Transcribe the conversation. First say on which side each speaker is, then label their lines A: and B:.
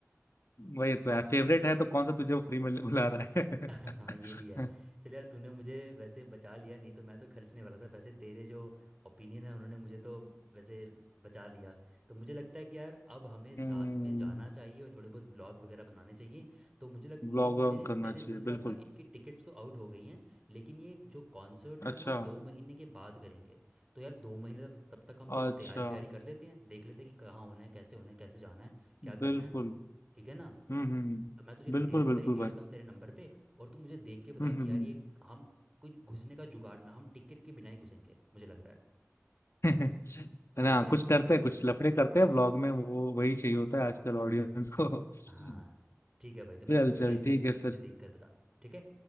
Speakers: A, on the left; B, on the right.
A: वही तो यार फेवरेट है तो कौन सा तुझे वो फ्री में बुला रहा
B: हाँ ये भी
A: है
B: है चल यार तूने मुझे वैसे बचा लिया नहीं तो मैं तो खर्चने वाला था पैसे तेरे जो ओपिनियन है उन्होंने मुझे तो वैसे बचा लिया तो मुझे लगता है कि यार अब हमें साथ
A: <laughs> हम्म
B: में जाना चाहिए और थोड़े बहुत व्लॉग वगैरह बनाने चाहिए तो मुझे लग
A: ब्लॉग
B: ये मेरे
A: वॉग करना
B: मैंने
A: चाहिए
B: सुन रहा
A: बिल्कुल
B: था इनकी टिकट्स तो आउट हो गई हैं लेकिन ये जो कॉन्सर्ट
A: अच्छा
B: है वो दो महीने के बाद करेंगे तो यार दो महीने तक तब तक हम तो
A: अच्छा
B: तैयारी व्यारी कर लेते हैं देख लेते हैं कि कहाँ होना है कैसे होना है कैसे जाना है क्या करना
A: बिल्कुल
B: है ठीक है ना
A: हम्म हम्म
B: तो मैं तुझे डिटेल
A: बिल्कुल
B: सारी
A: बिल्कुल
B: भेजता
A: भाई
B: हूँ तेरे नंबर पे और तू मुझे देख के बता
A: हम्म हम्म
B: कि यार
A: हम्म।
B: ये हम कुछ घुसने का जुगाड़ ना हम टिकट के बिना ही घुसेंगे मुझे लग रहा है
A: <laughs> है ना
B: ठीक है
A: कुछ करते हैं कुछ लफड़े करते हैं ब्लॉग में वो वही चाहिए होता है आजकल ऑडियंस को <laughs>
B: हाँ ठीक है भाई तो मैं
A: चल
B: तुझे डिटेल
A: चल
B: भेजता
A: ठीक है
B: हूँ तू
A: फिर
B: मुझे देख कर बता ठीक है